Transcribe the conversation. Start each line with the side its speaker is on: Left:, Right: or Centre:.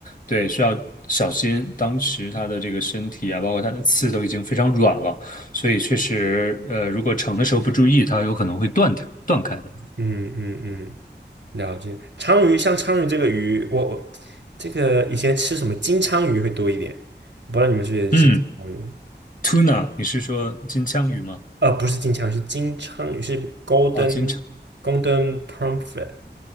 Left: 对，需要小心。当时它的这个身体啊，包括它的刺都已经非常软了，所以确实，呃，如果盛的时候不注意，它有可能会断掉、断开的。
Right: 嗯嗯嗯，了解。鲳鱼像鲳鱼这个鱼，我我这个以前吃什么金鲳鱼会多一点，我不知道你们是不是也吃鲳鱼？
Left: 嗯，tuna，你是说金枪鱼吗？
Right: 呃，不是金枪鱼，是金枪鱼，是 Golden
Left: 啊，金枪，
Right: Golden Pomfret